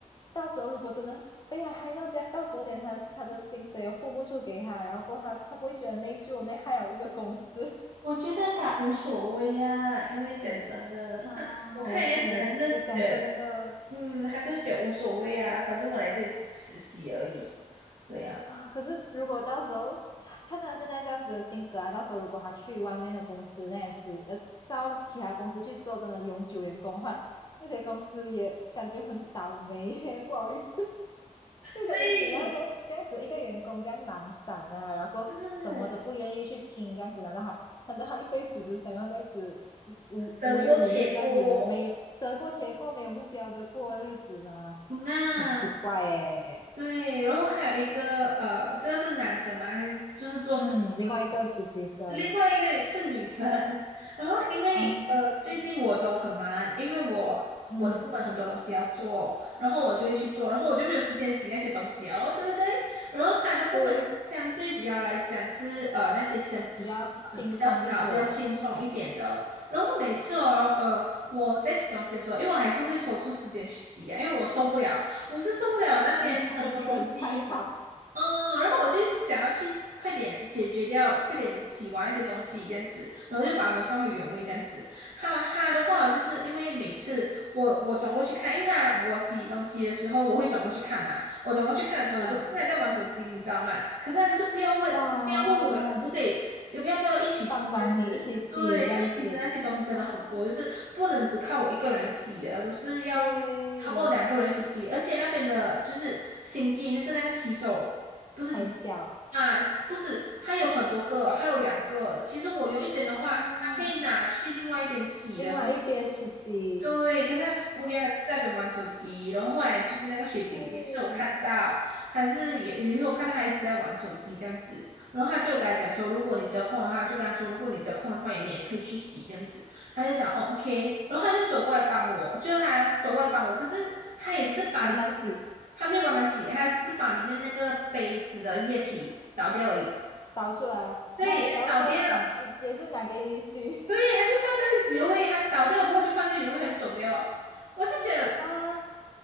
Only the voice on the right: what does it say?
我觉得他无所谓啊，因为讲真的，
他我看样子他就是觉得，
嗯，他就觉得无所谓啊，反正我来这里只是实习而已，这样。
对，
对，
得过且过。
那
对，然后还有一个呃，这个是男生吗？还是就是做事情？
另外一个是女生，<laughs> 然后因为呃最近我都很忙，
因为我我的部门很多东西要做，
然后我就会去做，然后我就没有时间洗那些东西哦，对不对？然后他的部门相对比较来讲是呃那些生
嗯比较少、比较轻松一点的，然后每次哦呃我在洗东西的时候，因为我还是会抽出时间去洗呀、因为我受不了，我是受不了那边很多东西。
嗯，然后我就想要去快点解决掉，快点洗完那些东西这样子，然后就把它们放回原位这样子。哈哈的话，就是因为每次我我转过去看，因为他我洗东西的时候，我会转过去看嘛。我转过去看的时候，
我就看他在玩手机，你知道吗？可是他就是不要问，
不要问我可不可以，就不要不要一起洗这样子。
对，因为其实那些东西真的很多，
就是不能只靠我一个人洗的，都是要。
差不多两个人一起洗，而且那边的就是新地，就是那个洗手。不是其实
啊，不是，还有很多个，还有两个。其实我用一边的话，
它可以拿去另外一边洗的，
可是对，可是他就是不要，
就是在那边玩手机。然后后来就是那个学姐也是有看到，
还是也也是我看到他一直在玩手机这样子。然后她就跟他讲说，如果你得空的话，就跟他说，如果你得空的话，你也可以去洗这样子。他就讲哦，OK。然后他就走过来帮我，就他走过来帮我，可是他也只是把里，
他没有帮忙洗，他只是把里面那个杯子的液体倒掉而已。
对，也倒掉。
对，他就放在原位，他倒掉过后就放在原位，他就走掉了。我就觉得。